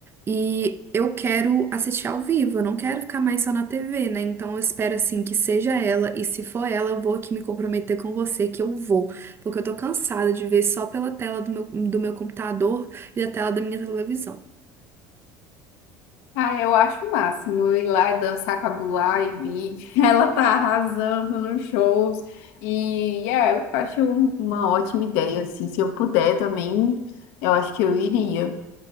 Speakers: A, on the right; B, on the left.
A: E eu quero assistir ao vivo, eu não quero ficar mais só na TV, né? Então eu espero assim que seja ela, e se for ela, eu vou aqui me comprometer com você que eu vou, porque eu tô cansada de ver só pela tela do meu, do meu computador e a tela da minha televisão.
B: Ah, eu acho o máximo eu ir lá e dançar com a Blue Ivy. <laughs> Ela tá arrasando nos shows. E é, eu acho um- uma ótima ideia, assim. Se eu puder também, eu acho que eu iria.